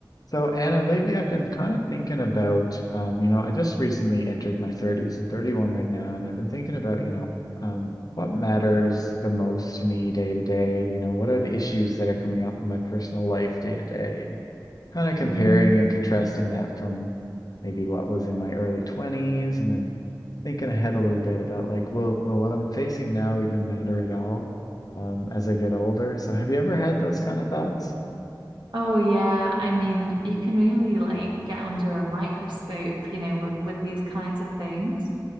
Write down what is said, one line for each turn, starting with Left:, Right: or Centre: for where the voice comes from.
Left: So Anna, lately I've been kind of thinking about, um, you know, I just recently entered my 30s. I'm 31 right now, and I've been thinking about, you know, um, what matters the most to me day to day. You know, what are the issues that are coming up in my personal life day to day, and kind of comparing
Right: Mm.
Left: and contrasting that from maybe what was in my early 20s, and then thinking ahead a little bit about like, will, will what I'm facing now even matter at all, um, as I get older? So have you ever had those kind of thoughts?
Right: Oh yeah, I mean, you can really like get under a microscope, you know, with, with these kinds of things.